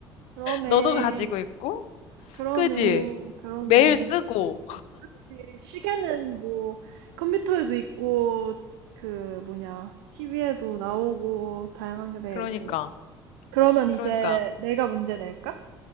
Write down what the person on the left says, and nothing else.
너도 가지고 있고,
그지?
매일 쓰고.
그러니까,
그러니까.